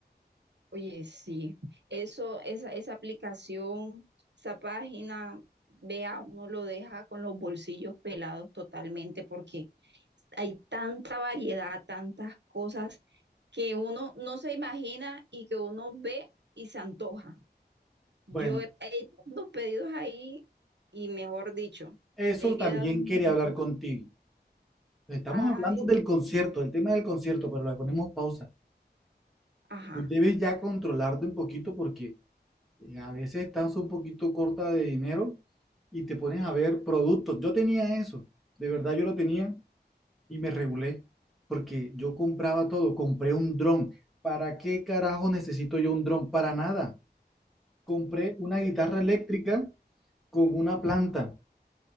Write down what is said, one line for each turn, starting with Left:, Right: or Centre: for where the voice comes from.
Right: Oye, sí, eso, esa, esa aplicación, esa página, vea, uno lo deja con los bolsillos pelados totalmente porque hay tanta variedad, tantas cosas que uno no se imagina y que uno ve y se antoja. Yo
Centre: Bueno,
Right: he he hecho dos pedidos ahí y mejor dicho,
Centre: eso
Right: he
Centre: también
Right: quedado...
Centre: quería
Right: <laughs>
Centre: hablar contigo. Estamos
Right: Ay,
Centre: hablando del
Right: Dios
Centre: concierto,
Right: mío.
Centre: del tema del concierto, pero le ponemos pausa.
Right: ajá,
Centre: Tú debes ya controlarte un poquito porque eh, a veces estás un poquito corta de dinero y te pones a ver productos. Yo tenía eso, de verdad yo lo tenía y me regulé porque yo compraba todo, compré un dron. ¿Para qué carajo necesito yo un dron? Para nada. Compré una guitarra eléctrica con una planta.